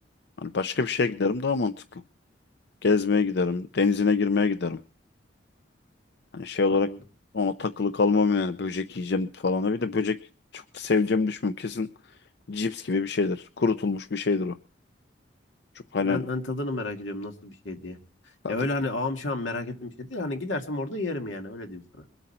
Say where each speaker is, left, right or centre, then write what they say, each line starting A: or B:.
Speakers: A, on the left; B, on the left.
A: Hani başka bir şeye
B: Hı
A: giderim
B: hı,
A: daha mantıklı. Gezmeye giderim. Denizine girmeye giderim. Hani şey olarak
B: Anladım.
A: ona takılı kalmam yani. Böcek yiyeceğim falan. Bir de böcek çok da seveceğimi düşünmüyorum. Kesin cips gibi bir şeydir. Kurutulmuş bir şeydir o. Çok
B: İşte
A: hani
B: Ben hani tadını merak ediyorum nasıl bir şey diye.
A: tadı,
B: Ya öyle hani ağam şahım merak ettiğim bir şey değil. Hani gidersem orada yerim yani öyle diyeyim sana.